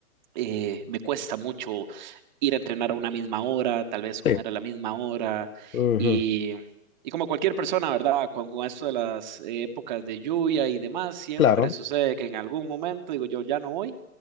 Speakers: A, on the right; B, on the left.
A: eh, me cuesta mucho ir a entrenar a una misma hora, tal vez comer
B: Sí.
A: a la misma hora
B: Ujú.
A: y, y como cualquier persona, ¿verdad? Con, con esto de las eh, épocas de lluvia y demás, siempre
B: Claro,
A: sucede que en algún momento digo yo ya no voy